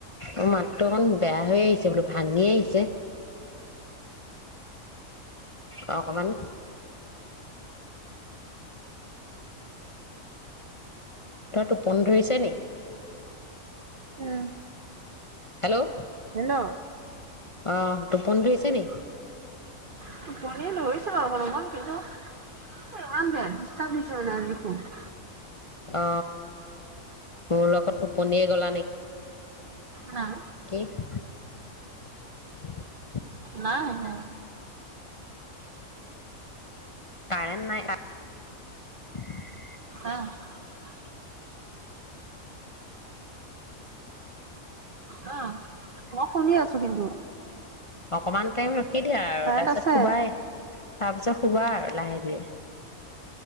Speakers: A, on the left (about 45°); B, on the right (about 50°).
A: অ মাতটো অকণ বেয়া হৈ আহিছে বোলো ভাঙি আহিছে অ অকমান অ টোপন ধৰিছে নি
B: উম
A: হেল্ল'?
B: হেল্ল'?
A: আহ, টোপনি ধৰিছে নি?
B: টোপনিয়ে ধৰিছে আৰু অকণ-অকণ কিন্তু হে ভ ব বছ পিছ নজো <unintelligible> <unintelligible>
A: অ, মোৰলগত টোপনিয়ে গলা নেকি?
B: নাই
A: কি <unintelligible> উ <unintelligible>
B: নাই-নাই।
A: কাৰেন নাই <unintelligible>
B: উ <unintelligible> হ, মই শুনি আছো কিন্তু
A: অকমান টাইম সেইতি আৰু
B: কাৰেণ্ট
A: তাৰপিছত
B: আছে।
A: সোবাই, তাৰপিছত শুৱা আৰু লাহে ধীৰে,